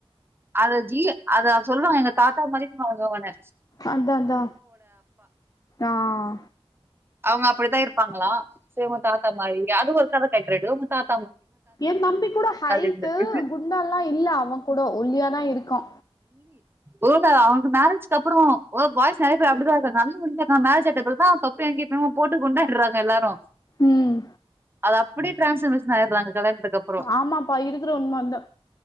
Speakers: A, on the right (about 20°); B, on the left (about 35°).
A: அத ஜீ அத அவுங்க சொல்லுவாங்க எங்க தாத்தா மாதிரி <unintelligible> வாங்கன்னு
B: அதாதா ஆஹ்
A: அவுங்க அப்புடிதா இருப் இருப்பாங்களா சேர் உங் தாத்தா மாதிரி அது ஒரு கலர் ரெட் ரெட் உங்க தாத்
B: என் தம்பி கூட ஹைட்டு
A: இருந்தது
B: குண்டால்லா இல்ல அவங்கூடோ ஒல்லியாதா இருக்கா
A: ஒருவேல அவனுக்கு மேரேஜ்க்கு அப்புறோ ஓ பாய்ஸ் நெறையா பேர் அப்புடிதா இருக்காங்க நல்ல ஒரு முன்னேற்றோ மேரஜ் ஆயிட்ட பிறகு தா தொப்பையு கிப்பையு போட்டுக் குண்டா விட்றாங்க எல்லாரு
B: ம்
A: அதா அப்டியே டிரான்ஸ்பர்மேஷன் ஆயிடுறாங்க கல்யாணத்துதுக்கு அப்புறோ
B: ஆமாப்பா இருக்குற உண்ம அதா